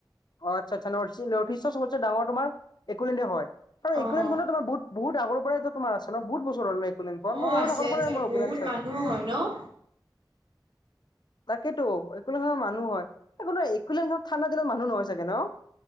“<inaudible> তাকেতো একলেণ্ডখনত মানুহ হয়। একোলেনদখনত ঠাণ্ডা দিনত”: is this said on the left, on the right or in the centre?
Left